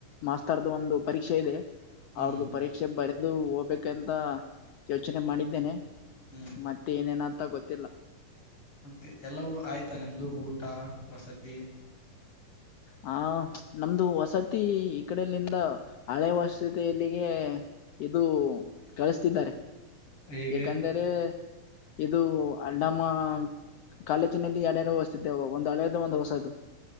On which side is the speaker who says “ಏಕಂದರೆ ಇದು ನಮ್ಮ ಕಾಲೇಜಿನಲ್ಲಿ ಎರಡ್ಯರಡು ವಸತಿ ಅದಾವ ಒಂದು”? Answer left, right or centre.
Left